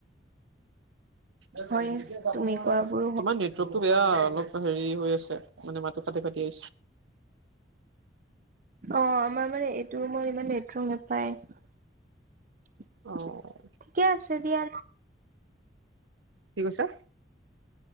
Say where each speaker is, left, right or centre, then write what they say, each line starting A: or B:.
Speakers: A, on the right; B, on the right.
A: তোমাৰ
B: হয়
A: নি নেটৱৰ্কটো
B: তুমি কোৱাবোৰো হয়
A: বেয়া অলপ হেৰি হৈ আছে মানে মাতটো ফাটি ফাটি আহিছে।
B: অ' আমাৰ মানে এইটো ৰুমত ইমান নেটৱৰ্ক নাপায়।
A: অ'।
B: ঠিকে আছে দিয়া।
A: কি কৈছা।